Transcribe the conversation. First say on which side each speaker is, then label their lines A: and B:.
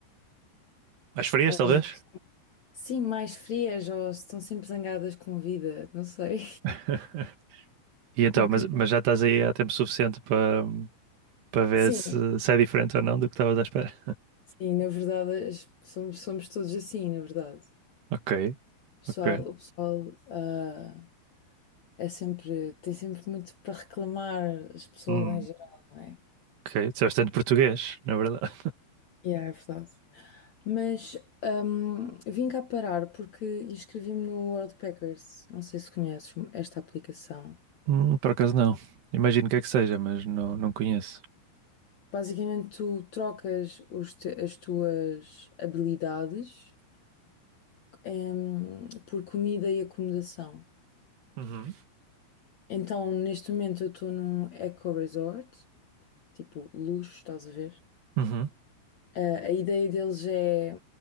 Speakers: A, on the right; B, on the left.
A: Mas farias,
B: às
A: talvez?
B: vezes, sim, mais frias ou estão sempre zangadas com a vida, não sei.
A: <laughs> E então,
B: <laughs> Um bocadinho.
A: mas, mas já estás aí há tempo suficiente para, para ver
B: Sim,
A: se, se é diferente ou não do que estavas à espera.
B: sim, na verdade as- somos, somos todos assim, na verdade.
A: Ok,
B: O pessoal,
A: ok.
B: o pessoal ah, É sempre, tem sempre muito para reclamar as pessoas
A: Hum,
B: em geral, não é?
A: ok, disseste tanto português, na verdade.
B: Yeah, é verdade. Mas hum, vim cá parar porque inscrevi-me no World Packers. Não sei se conheces esta aplicação.
A: Hum, por acaso não. Imagino que é que seja, mas não, não conheço.
B: Basicamente, tu trocas os te- as tuas habilidades hum, por comida e acomodação.
A: Uhum,
B: Então, neste momento, eu estou num eco resort, tipo luxo, estás a ver?
A: uhum,
B: A, a ideia deles é